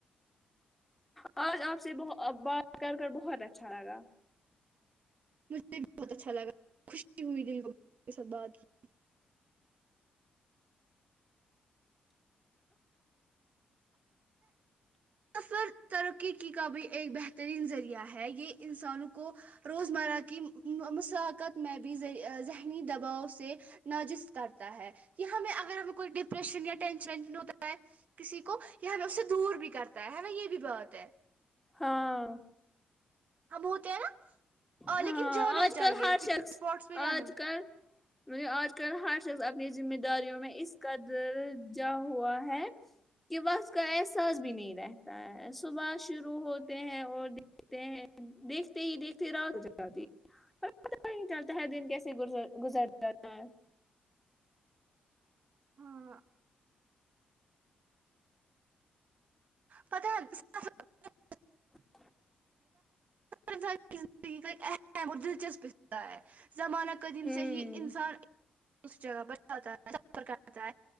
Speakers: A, in the centre; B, on the right (about 50°).
A: آج آپ سے بات کر کر بہت اچھا لگا <unintelligible>
B: مجھے بھی بہت اچھا لگا خوشی ہوئی دل کو کے ساتھ بات کی <unintelligible> سفر ترقی کا بھی ایک بہترین ذریعہ ہے <unintelligible> یہ انسانوں کو روزمرہ کی مسقت میں بھیری <unintelligible> ذہنی دباؤ سے نجز کرتا ہے ہمیں اگر ہمیں کوئی ڈپریشن یا ٹینشنش ہوتا ہے کسی کو <unintelligible> ہمیں اس سے دور بھی کرتا ہے ہما یہ بھی بہت ہے <unintelligible>
A: ہاں
B: ہم ہوتے ہیں نا لیکن
A: ہاں
B: جانا
A: آج
B: چاہیے
A: کل ہر
B: پکنک
A: شخص
B: اسپاٹس پہ جانا
A: آج
B: ہے
A: کل مط آج کل ہر <unintelligible> شخص اپنی ذمہ داریوں میں اس کا درجہ ہوا ہے کہ وقت کا احساس بھی نہیں رہتا ہے سباش <unintelligible> شروع ہوتے ہیں اور دیکھتے ہیں دیکھتے ہی دیکھتے رات ہو جاتی پت ہی نہیں چلتا ہے دن کیسے گزر جاتا ہے <unintelligible>
B: ہاں ہاں <unintelligible> پت ہے <unintelligible>
A: ا <unintelligible>
B: زندگی کا ایک اہم اور دلچسپ <unintelligible> ہوتا ہے زمانہ قدیم
A: ہوں
B: سے ہی انسان <unintelligible> اس جگہ پر جاتا ہے ستا